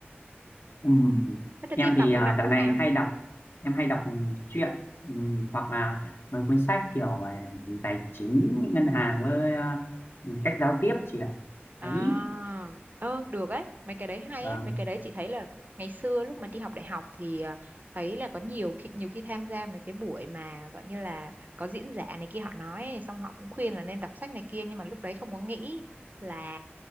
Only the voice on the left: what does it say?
Ừ.
Em
thì
à,
dạo
này
hay đọc em hay đọc truyện ừ, hoặc là mấy cuốn sách kiểu à, tài chính ngân hàng với à, cách giao tiếp chị ạ
đấy
vâng